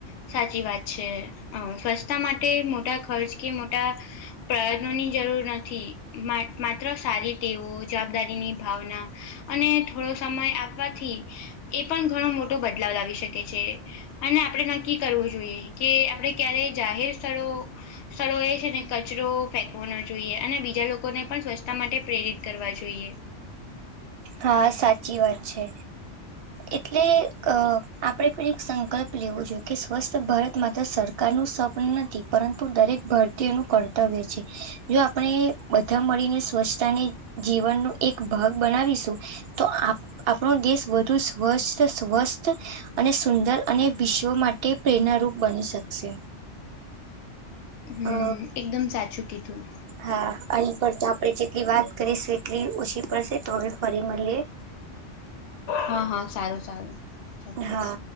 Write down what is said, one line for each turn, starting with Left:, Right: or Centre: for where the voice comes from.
Left: સાચી વાત છે સ્વચ્છતા માટે મોટા ખર્ચ કે મોટા પપ્રયત્નો ની જરૂર નથી માત્ર સારી ટેઓ જવાબદારી ની ભાવના અને થોડો સમય આપવથી એ પણ ઘણો મોટો બદલાવ લાવી શકે છે અને આપણે નક્કી કરવું જોઈએ કે આપણે ક્યારે જાહેર સ્થળો સ્થળો એ છે ને કચરો ફેંકવો ન જોઈએ અને બીજા લોકોને પણ સ્વચ્છતા માટે પ્રેરિત કરવા જોઈએ.
Right: હા સાચી વાત છે. એટલે અ આપણેે પણ એક સંકલ્પ લેવો જોઈએ કે સ્વસ્થ ભારત માત્ર સર સરકાર નું સ્વપન નથી પરંતુ દરેક ભારતીયોનું કર્તવ્ય છે. જો આપણે બધા મળીને સ્વચ્છતાને જીવનનો એક ભાગ બનાવીશું તો આપણો દેશ વધુ સ્વસ્થ સ્વસ્થ અને સુંદર અને વિશ્વ માટે પ્રેરણારૂપ બની શકશે.
Left: હમ
Right: અ
Left: એકદમ સાચું કીધું.
Right: હા આની પર તો આપણે જેટલી વાત કરીશું એટલી ઓછી પડશે તો હવે ફરી મળીએ.
Left: હા હા સારું સારું ચોક્કસ.
Right: હા